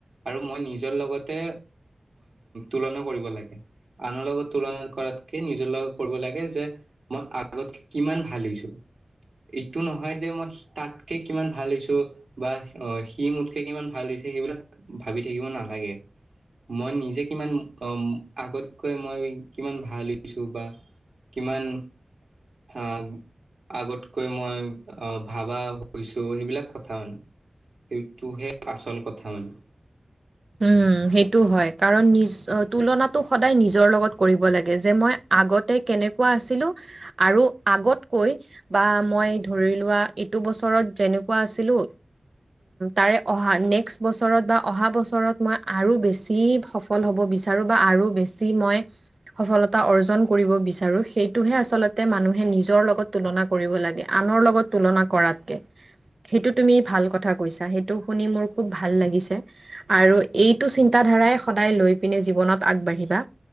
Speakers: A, on the right; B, on the right.
A: আৰু মই নিজৰ লগতে তুলনা কৰিব লাগে আনৰ লগত তুলনা কৰাতকে নিজৰ লগত কৰিব লাগে যে মই আগতকে কিমান ভাল হৈছোঁ এইটো নহয় যে মই তাতকে কিমান ভাল হৈছোঁ বা অ সি মোতকে কিমান ভাল হৈছে সেইবিলাক ভাবি থাকিব নালাগে মই নিজে কিমান আগতকৈ মই কিমান ভাল হৈছোঁ বা কিমান হা আগতকৈ মই ভাবা হৈছো সেইবিলাক কথা মানে সেইটোহে আচল কথা মানে
B: উম সেইটো হয় কাৰণ নিজ তুলনাতটো সদায় নিজৰ লগত কৰিব লাগে যে মই আগতে কেনেকুৱা আছিলোঁ আৰু আগতকৈ বা মই ধৰি লোৱা দুবছৰত যেনেকুৱা আছিলো তাৰে অহা নেক্সট বছৰত বা অহা বছৰত ওচৰত মই আৰু বেছি সফল হ'ব বিচাৰো বা আৰু বেছি মই সফলতা অৰ্জন কৰিব বিচাৰো সেইটোহে আচলতে মানুহে নিজৰ লগত তুলনা কৰিব লাগে আনৰ লগত তুলনা কৰাতক সেইটো তুমি ভাল কথা কৈছা সেইটো শুনি মোৰ খু ভাল লাগিছে আৰু এইটো চিন্তাধাৰাই সদায় লৈ পিনে জীৱনত আগবাঢ়িবা